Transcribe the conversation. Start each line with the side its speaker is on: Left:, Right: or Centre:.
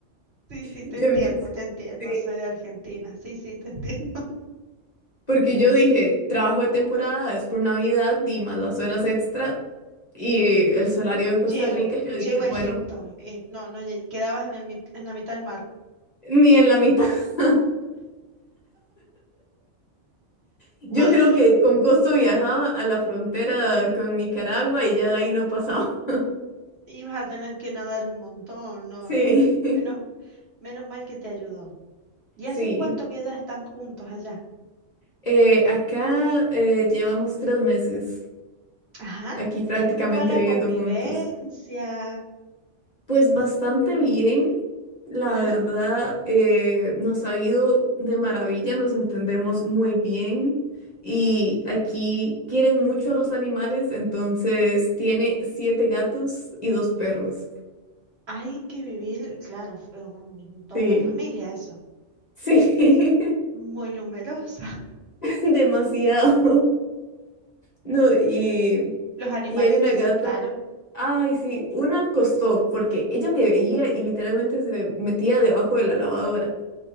Right: Sí, sí,
Left: Yo
Right: te entiendo,
Left: empecé,
Right: te entiendo,
Left: sí,
Right: soy de Argentina. Sí, sí, te entiendo.
Left: porque yo dije, trabajo de temporada es por Navidad y más las horas extra y el salario
Right: <laughs>
Left: de
Right: Llego,
Left: Costa Rica, yo
Right: llego
Left: dije, bueno,
Right: a Egipto. Eh, no, no, lle- quedabas en el, mit- en la mitad del mar.
Left: ni en la mitad. <laughs> Yo
Right: <laughs>
Left: creo que con costo viajaba a la frontera con Nicaragua y ya de ahí no pasaba. <laughs>
Right: Y vas a tener que nadar un montón, no,
Left: Sí,
Right: no.
Left: <laughs>
Right: Menos, menos mal que te ayudó. ¿Y
Left: sí.
Right: hace cuánto que ya están juntos allá?
Left: Eh, acá eh, llevamos tres meses
Right: Ajá.
Left: aquí prácticamente
Right: ¿Y cómo va la
Left: viviendo
Right: convivencia?
Left: juntos. Pues bastante bien, la
Right: Ajá.
Left: verdad, eh, nos ha ido de maravilla, nos entendemos muy bien y aquí quieren mucho a los animales, entonces tiene siete gatos y dos perros.
Right: Hay que vivir, claro, f- un- toda
Left: Sí,
Right: una familia eso.
Left: sí,
Right: Muy numerosa.
Left: <laughs> demasiado. No, y,
Right: <laughs> ¿Los animales
Left: y hay una
Right: te aceptaron?
Left: gata. Ay, sí, una costó porque ella me veía y literalmente se metía debajo de la lavadora.